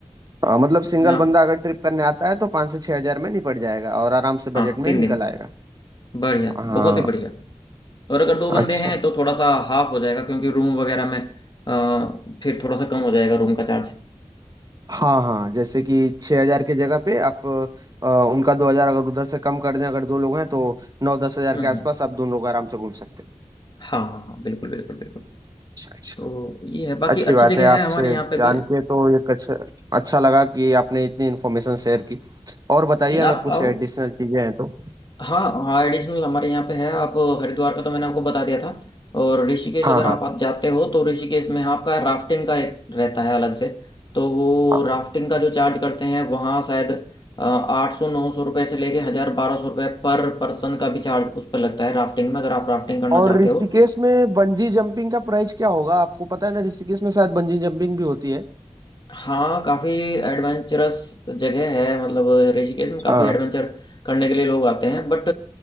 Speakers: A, on the right; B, on the left.
A: हाँ, मतलब
B: अपने
A: सिंगल
B: आप
A: बंदा अगर ट्रिप करने आता है तो पाँच से छह हजार में निपट जाएगा और आराम से
B: हाँ
A: बजट में
B: तीन
A: निकल
B: दिन
A: आएगा
B: बढ़िया
A: हाँ
B: बहुत ही बढ़िया और अगर दो बंदे
A: अच्छा
B: हैं तो थोड़ा सा हाफ हो जाएगा क्योंकि रूम वगैरह में अ, फिर थोड़ा सा कम हो जाएगा रूम का चार्ज
A: हाँ हाँ जैसे कि छः हजार की जगह पे आप अ, उनका दो हजार अगर उधर से कम कर दें अगर दो लोग हैं तो नौ दस हजार
B: हम्म
A: के आसपास
B: हम्म
A: आप दोनों लोग आराम से घूम सकते हैं
B: हाँ हाँ हाँ बिल्कुल बिल्कुल बिल्कुल
A: अच्छा
B: तो ये है बाकी
A: अच्छी
B: अच्छी
A: बात
B: जगह
A: है आपसे
B: है हमारे यहाँ पे
A: जान
B: भी
A: के तो ये अच्छा अच्छा लगा कि आपने इतनी इन्फॉर्मेशन शेयर की और बताइए
B: नहीं
A: अगर
B: आप
A: कुछ
B: आओ
A: एडिशनल चीजें हैं तो
B: हाँ हाँ एडिशनल हमारे यहाँ पे है आप हरिद्वार का तो मैंने आपको बता दिया था और ऋषिकेश
A: हाँ
B: अगर
A: हाँ
B: आप आप जाते हो तो ऋषिकेश में हाँ आपका राफ्टिंग का एक रहता है अलग से तो वो
A: हाँ।
B: राफ्टिंग का जो चार्ज करते हैं वहाँ शायद आठ सौ नौ सौ रुपये से लेके हज़ार बारह सौ रुपये पर पर्सन का भी चार्ज उस पर लगता है राफ्टिंग में अगर आप राफ्टिंग करना
A: और
B: चाहते
A: ऋषिकेश
B: हो
A: में बंजी जंपिंग का प्राइस क्या होगा आपको पता है ना ऋषिकेश में शायद बंजी जंपिंग भी होती है
B: हाँ काफी एडवेंचरस जगह है मतलब ऋषिकेश में काफी
A: हाँ
B: एडवेंचर करने के लिए लोग आते हैं बट